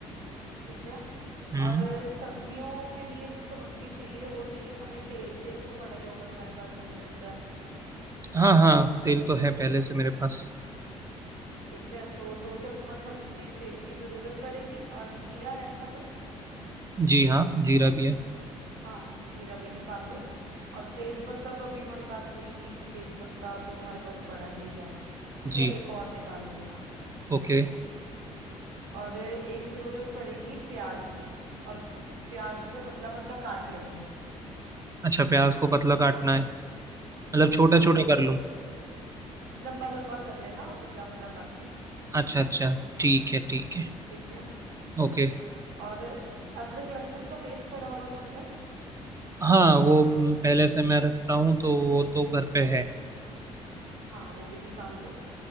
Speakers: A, on the right (about 65°); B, on the right (about 20°).
A: ठीक है
B: हम्म
A: और सब्जियों के लिए जो सामग्री चाहिए वो चाहिए हमें तेल तेल तो पड़ा ही होगा तुम्हारे पास मुझे लगता है
B: हाँ हाँ तेल तो है पहले से मेरे पास
A: ठीक है तो दो चम्मच हमें तेल की जरूरत पड़ेगी और जीरा है तुम्हारे पास
B: जी हाँ जीरा भी है
A: हाँ जीरा भी निकाल लो और तेज पत्ता तो अभी हमारी बात हुई थी कि तेज पत्ता तो तुम्हारे पास पड़ा ही है ठीक
B: जी
A: है एक और निकाल लेना
B: ओके
A: और एक जरूरत पड़ेगी प्याज की और प्याज को पतला पतला काट लेना है
B: अच्छा प्याज को पतला काटना है मतलब छोटा
A: हाँ
B: छोटा कर लूँ
A: लंबा लंबा कर लेना और पतला पतला काट देना
B: अच्छा अच्छा ठीक है ठीक है
A: ठीक है
B: ओके
A: और अदरक लहसुन का पेस्ट पड़ा होगा तुम्हारे पास
B: हाँ वो म, पहले से मैं रखता हूँ तो वो तो घर पे है
A: हाँ वो भी निकाल लो